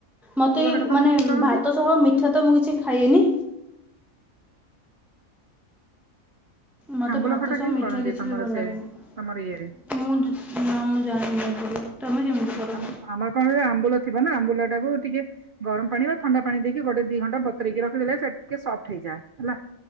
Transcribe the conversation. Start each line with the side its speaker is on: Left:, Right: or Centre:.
Centre: ମୋତେ
Right: ଆମ୍ବୁଲ
Centre: ଏ
Right: ଖଟା ତମର
Centre: ମାନେ
Right: କେମିତି କରନ୍ତି?
Centre: ଭାତ ସହ ମିଠା ତ ମୁଁ କିଛି ଖାଇନି। ମୋତେ
Right: ଆମ୍ବୁଲ
Centre: ଭାତ
Right: ଖଟା
Centre: ସହ
Right: କେମିତି
Centre: ମିଠା
Right: କରନ୍ତି
Centre: କିଛି
Right: ତମର
Centre: ବି ଭଲ
Right: ସେ
Centre: ଲାଗେନି।
Right: ତମର ଇଏରେ
Centre: ମୁଁ ନା ମୁଁ ଜାଣିନି ଏପଟେ ତମେ କେମିତି କର
Right: ଆମ ଆମର କଣରେ ଆମ୍ବୁଲ ଥିବ ନା ଆମ୍ବୁଲ ଟାକୁ ଟିକେ ଗରମ ପାଣି ବା ଥଣ୍ଡା ପାଣି ଦେଇକି ଗୋଟେ ଦି ଘଣ୍ଟା ବତୁରେଇକି ରଖିଦେଲେ ସେ ଟିକେ ସଫ୍ଟ ହେଇଯାଏ ହେଲା।